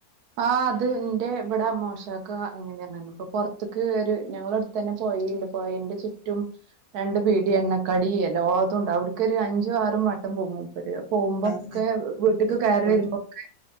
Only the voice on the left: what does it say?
അതെ
വരുമ്പോ
കൊണ്ട്